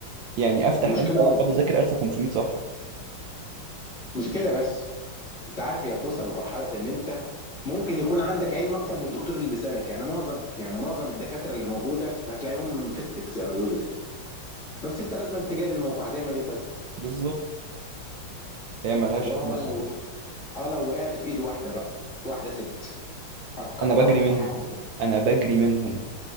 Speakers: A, on the right; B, on the left.
A: يعني أفتح
B: المشكله
A: إمتى
B: وين
A: أقعد أذاكر 1500 صفحة
B: مش كده بس انت عارف هي بتوصل لمرحله ان انت ممكن يكون عندك علم اكتر من الدكتور اللي بيسالك يعني معظم يعني معظم الدكاتره اللي موجوده هتلاقيهم فيستك زي ما بيقولوا لك. بس انت لازم تجاري الموضوع هتعمل ايه طيب؟
A: بالظبط هي ملهاش
B: واه
A: حل
B: بقى لو
A: تاني
B: اه لو وقعت في ايد واحده بقى واحده ست هتكرهك
A: أنا بجري منهم
B: في حياتك
A: أنا بجري منهم